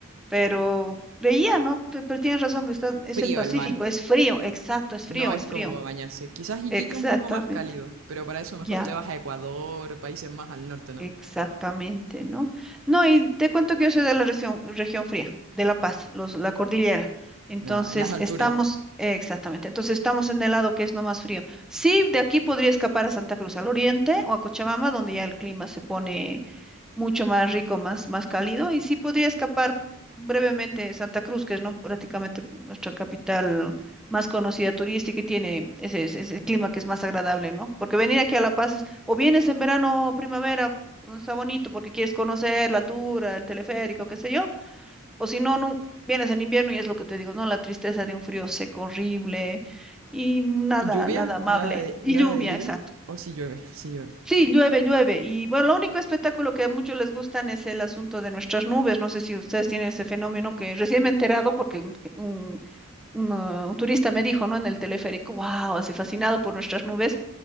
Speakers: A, in the centre; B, on the right.
A: pero creía, ¿no? Que- Pero tienes razón, que está, es
B: Frío
A: el Pacífico,
B: el mar.
A: es frío, exacto, es
B: No
A: frío,
B: es
A: es
B: como
A: frío.
B: para
A: Sí.
B: bañarse. Quizás Iquique
A: Exactamente,
B: un poco más cálido, pero para eso mejor
A: ya,
B: te vas a Ecuador, países más al norte, ¿no?
A: exactamente, ¿no? No, y te cuento que yo soy de la región, región fría, de La Paz, los, la cordillera. Entonces,
B: Nada, las
A: Ujú.
B: alturas.
A: estamos, eh, exactamente, entonces estamos en el lado que es no más frío. Sí, de aquí podría escapar a Santa Cruz, al oriente o a Cochabamba, donde ya el clima se pone mucho más rico, más, más cálido, y sí podría escapar brevemente de Santa Cruz, que es ¿no? prácticamente nuestra capital más conocida turística y tiene ese, ese- ese clima que es más agradable, ¿no? Porque venir aquí a La Paz es, o vienes en verano o primavera, cuando está bonito, porque quieres conocer la altura, el teleférico, qué sé yo, o si no, no, vienes en invierno y es lo que te digo, ¿no? La tristeza de un frío seco, horrible, y nada,
B: ¿Y ¿Lluvia?
A: nada amable.
B: ¿Nada de,
A: Y
B: nada
A: lluvia,
B: de lluvia?
A: exacto
B: ¿O si llueve? Sí llueve.
A: Sí, llueve, llueve. Y bueno, lo único espectáculo que a muchos les gustan es el asunto de nuestras nubes. No sé si ustedes tienen ese fenómeno que recién me he enterado porque un, un- un, ah, un turista me dijo, ¿no? En el teleférico, wow, así fascinado por nuestras nubes.